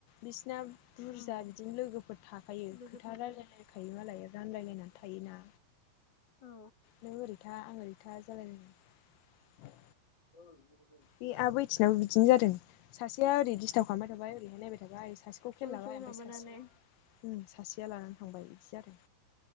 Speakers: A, on the left; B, on the left.
A: बिसना बुरजा
B: ओं
A: बिदिनो लोगोफोर थाखायो
B: लोगो
A: खोथा
B: थायो
A: रायलायलायखायो मालाय रानलायलायनानै थायोना।
B: औ
A: नों ओरैथा आं ओरै। खोथा जालायलायो
B: औ <unintelligible>
A: बे आबैथिंनाबो बिदिनो जादों सासेया ओरै दिस्टार्ब खालामबाय थाबाय ओरैहाय नायबाय थाबाय सासेखौ
B: ज'
A: खेललाबाय
B: ज' माबानानै
A: ओमफाय सासेया ओम सासेया लाना। थांबाय सो आरो।